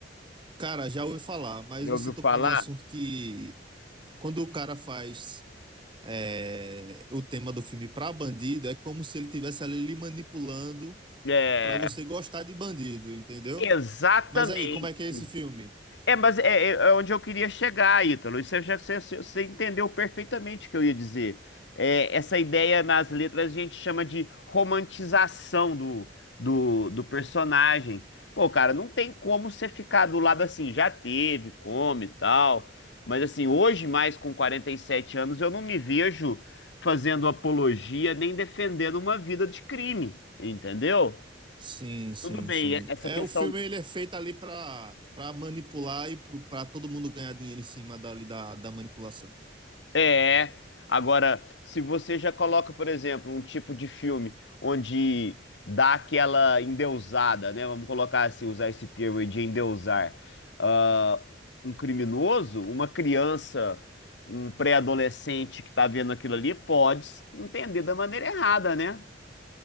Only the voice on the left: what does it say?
Já
ouviu
falar?
É,
exatamente.
É, mas é, é- é onde eu queria chegar, Ítalo. Isso é já você, você entendeu perfeitamente o que eu ia dizer. É, essa ideia nas letras a gente chama de romantização do, do, do personagem. Pô, cara, não tem como você ficar do lado assim, já teve, come e tal. Mas assim, hoje, mais com 47 anos, eu não me vejo fazendo apologia nem defendendo uma vida de crime, entendeu?
Tudo bem,
essa
questão.
É. Agora, se você já coloca, por exemplo, um tipo de filme onde dá aquela endeusada, né? Vamos colocar assim, usar esse termo aí de endeusar. ah, um criminoso, uma criança, um pré-adolescente que tá vendo aquilo ali, pode entender da maneira errada, né?